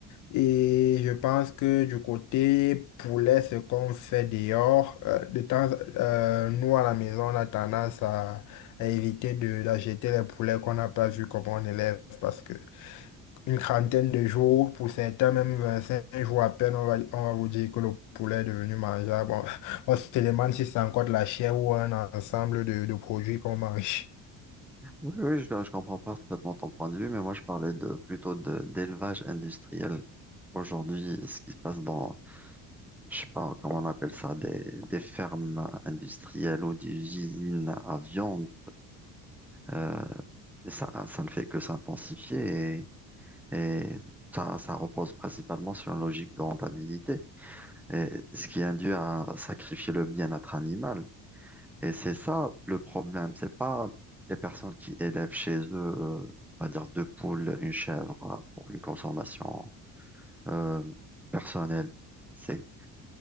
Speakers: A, on the left; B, in the centre.
A: Et je pense que du côté poulet, ce qu'on fait dehors, euh, de temps, euh, nous à la maison, on a tendance à, à éviter de, d'acheter les poulets qu'on n'a pas vu comment on élève parce que une trentaine de jours, pour certains, même 25 jours à peine, on va, on va vous dire que le poulet est devenu mangeable. Bon, <laughs> on se demande si c'est encore de la chair ou un ensemble de, de produits qu'on mange.
B: Oui, oui, je, je comprends parfaitement ton point de vue, mais moi je parlais de plutôt de d'élevage industriel. Aujourd'hui, ce qui se passe dans, je sais pas comment on appelle ça, des, des fermes industrielles ou des usines à viande, euh, et ça, ça ne fait que s'intensifier et, et ça, ça repose principalement sur une logique de rentabilité, et ce qui induit à sacrifier le bien-être animal. Et c'est ça le problème. C'est pas les personnes qui élèvent chez eux, euh, on va dire deux poules, une chèvre euh, pour une consommation euh, personnelle. C'est